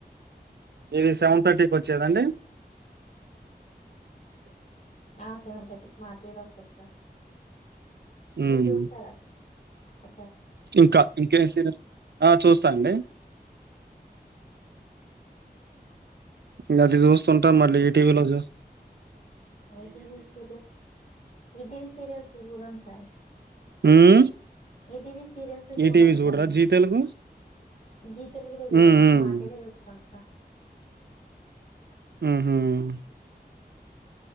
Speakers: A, on the right; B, on the left.
A: ఇది సెవెన్ థర్టీకి వచ్చేదండి
B: ఆ సెవెన్ థర్టీకి మాటివిలో వస్తంది సార్
A: ఉమ్.
B: మీర్ చూస్తారా అ సార్
A: ఇంకా ఇంకే సీరియల్ ఆ చూస్తా అండి ఇ అది చూస్తుంటా మళ్ళీ ఈటీవీలో చూస్
B: ఐటీవీ సీరియల్స్ ఈటీవీ సీరియల్స్ చూడమ్ సార్
A: సీరియల్
B: ఈటీవవి సీరియల్స్
A: ఈటీవీ
B: చూడం
A: చూడరా
B: సార్ మేము
A: జీ తెలుగు
B: జీ తెలుగు లో
A: హ్మ్
B: చూడం
A: హ్మ్
B: ఒక మాటివి చూస్తాం సార్
A: ఉమ్